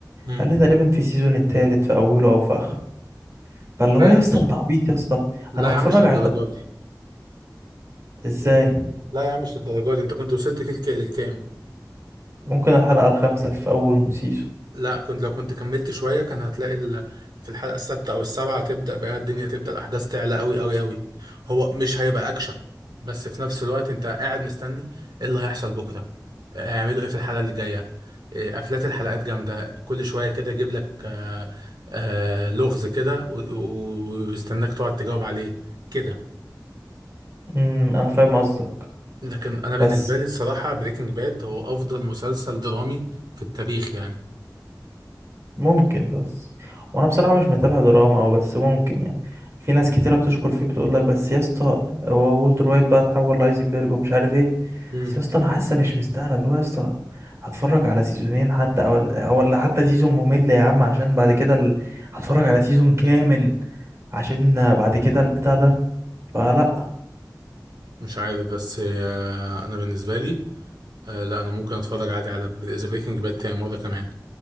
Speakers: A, on the right; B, on the right.
A: امم
B: قال لي تقريبا في السيزون التالت في أوله أو في آخره فاللي
A: لا
B: هو يا
A: يا عم
B: اسطى
A: مش-
B: انت عبيط يا اسطى
A: لا
B: انا
A: يا
B: هتفرج
A: عم مش للدرجه
B: على
A: دي
B: ازاي
A: لا يا عم مش للدرجه دي انت كنت وصلت فيه الك- للكام
B: ممكن الحلقة الخامسة في أول سيزون
A: لا كنت لو كنت كملت شوية كان هتلاقي ال... في الحلقة السادسة أو السابعة هتبدأ بقى الدنيا تبدأ الأحداث تعلى أوي أوي أوي هو مش هيبقى أكشن بس في نفس الوقت أنت قاعد مستني إيه اللي هيحصل بكرة آه، هيعملوا إيه في الحلقة اللي جاية آه، قفلات الحلقات جامدة كل شوية كده يجيب لك آه، آه، لغز كده و- و- ويستناك تقعد تجاوب عليه كده
B: امم انا فاهم قصدك
A: لكن أنا بالنسبة
B: بس
A: لي الصراحة بريكنج باد هو أفضل مسلسل درامي في التاريخ يعني
B: ممكن بس وانا بصراحه مش متابع دراما او بس ممكن يعني في ناس كتيره بتشكر فيه بتقول لك بس يا اسطى هو والتر وايت بقى اتحول لايزنبرج ومش عارف ايه
A: مم.
B: بس يا اسطى انا حاسه مش مستاهله اللي هو يا اسطى هتفرج على سيزونين حتى او او ولا حتى سيزون ممل يا عم عشان بعد كده ال... هتفرج على سيزون كامل عشان بعد كده البتاع ده فلا
A: مش عارف بس آه، انا بالنسبه لي آه، لا انا ممكن اتفرج عادي على ذا بريكنج باد تاني مره كمان